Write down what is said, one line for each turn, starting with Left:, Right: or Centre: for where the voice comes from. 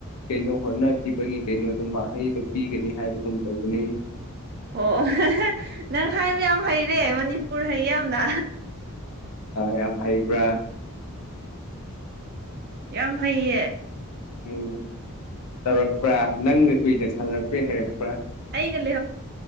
Left: ꯀꯩꯅꯣ ꯍꯣꯠꯅꯈꯤꯕꯒꯤ ꯀꯩꯅꯣꯗꯨ ꯃꯍꯩꯗꯣ ꯄꯤꯒꯅꯤ ꯍꯥꯏꯕꯒꯨꯝ ꯇꯧꯕꯗꯨꯅꯤ
Right: ꯑꯣ ꯅꯪ ꯍꯥꯏ ꯃꯌꯥꯝ ꯍꯩꯔꯦ ꯃꯅꯤꯄꯨꯔ ꯍꯩ ꯌꯥꯝꯅ
Left: ꯃꯌꯥꯝ ꯍꯩꯕ꯭ꯔꯥ
Right: ꯌꯥꯝ ꯐꯩꯌꯦ
Left: ꯎꯝ ꯆꯥꯎꯧꯔꯛꯄ꯭ꯔꯥ ꯅꯪ ꯀꯨꯏꯗ ꯁꯥꯟꯅꯔꯛꯄ꯭ꯔꯦ ꯍꯩꯔꯛꯄ꯭ꯔꯥ
Right: ꯑꯩꯒ